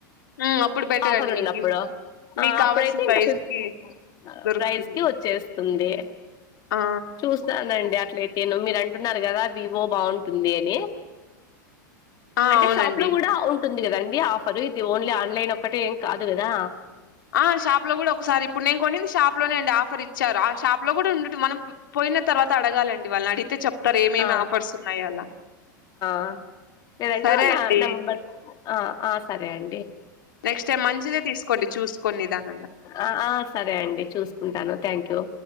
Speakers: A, on the left (about 85°); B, on the left (about 40°).
A: ఉమ్ అప్పుడు బెటర్
B: ఆఫర్
A: అండి
B: ఉన్నప్పుడు
A: మీకి మీకు
B: ఆ
A: కావాల్సిన
B: అప్పుడైతే
A: ప్రైస్‌కి
B: ఇంకా ఫిఫ్త్
A: దొరుకుతుంది.
B: ప్రైజ్ కి వచ్చేస్ బాగుంటుంది
A: ఆ!
B: చూస్తనండి అట్లయితేను మీరు అంటున్నారు కదా వివో బాగుంటుంది టుంది అని
A: ఆ!
B: అంటే
A: అవునండి.
B: షాప్ లో కూడా ఉం టుంది కదండి ఆఫర్ ఇది ఓన్లీ ఆన్లైన్ ఒక్కటే ఏం కాదు కదా
A: ఆ షాప్ లో కూడా ఒకసారి ఇప్పుడు నేను కొన్నింది షాప్ లోనే అండి ఆఫర్ ఇచ్చారు ఆ షాప్ లో కూడా ఉండట మనం పోయిన తర్వాత అడగాలండి వాళ్ళని అడిగితే చెప్తారు ఏమేమి
B: ఆ
A: ఆఫర్స్ ఉన్నాయి అలా
B: ఆ లేదంటే
A: సరే
B: వాళ్ళ
A: అండి
B: నంబర్
A: అయితే.
B: ఆ ఆ సరే అండి
A: నెక్స్ట్ టైం మంచిదే తీసుకోండి చూసుకొని నిదానంగా
B: ఆ ఆ సరే అండి చూసుకుంటాను థ్యాంక్ యూ